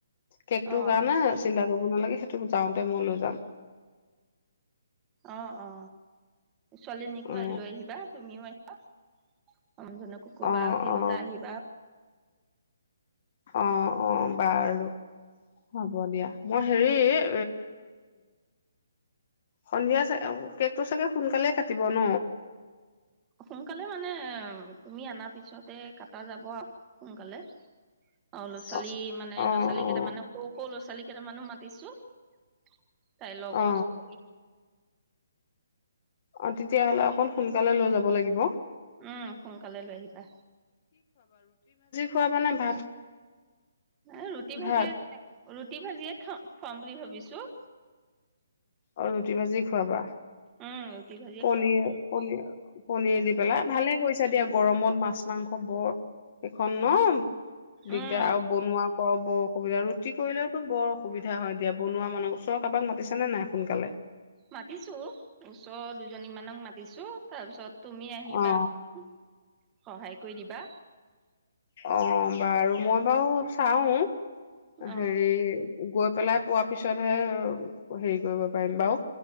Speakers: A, on the left; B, on the right.
A: কেকটো
B: অ
A: কাৰণে চিন্তা <unintelligible> নালাগে। সেইটো যাওঁতে মই লৈ যাম
B: অ -অ। ছোৱালীজনীকো
A: অ
B: লৈ আহিবা। তুমিও আহিবা। মানুহজনকো কবা
A: অ
B: আৰু তিনিওটা
A: অ
B: আহিবা।
A: অ' অ'। বাৰু। হ'ব দিয়া। মই হেৰি এ সন্ধিয়া চাগে কেকটো চাগে সোনকালেই কাটিব ন।
B: সোনকালে মানে তুমি অনাৰ পিছতে কাটা যাব আউ। সোনকালে। অ ল'ৰা-ছোৱালী
A: অ
B: মানে
A: অ
B: লৰা-ছোৱালী
A: অ
B: কেইটামানকো সৰু সৰু ল'ৰা ছোৱালীক কেইটামানো মাতিছো। তাই লগৰ
A: অ
B: ছোৱালী
A: অ তেতিয়াহলে অকণ সোনকালে লৈ যাব লাগিব।
B: উম সোনকালে লৈ আহিবা।
A: খোৱাবানে ভাত?
B: এই ৰুটি ভাজিয়ে
A: ভাত
B: ৰুটি ভাজিয়ে খা - খুৱাম বুলি ভাবিছো।
A: অ ৰুটি ভাজি খোৱাবা!
B: উম ৰুটি ভাজিয়ে
A: পনীৰ।
B: খুৱাম বুলি ভাবিছো
A: পনিৰ -পনীৰ দি পেলাই। ভালে কৰিছা দিয়া গৰমত। মাছ মাংস বৰ এইখন ন? দিগদাৰ
B: উম
A: আৰু বনোৱা অ' বৰ অসুবিধা। ৰুটি কৰিলেওতো বৰ অসুবিধা হয় দিয়া। বনোৱা মানুহ ওচৰৰ কাৰোবাক মাতিছে নে নাই সোনকালে?
B: মাতিছো। ওচৰ দুজনীমানক মাতিছো। তাৰ পিছত তুমি আহিবা।
A: অ
B: সহায় কৰি দিবা।
A: অ' বাৰু। মই বাৰু চাওঁ
B: অ
A: হেৰি গৈ পেলাই পোৱাৰ পিছতহে হেৰি কৰিব পাৰিম বাৰু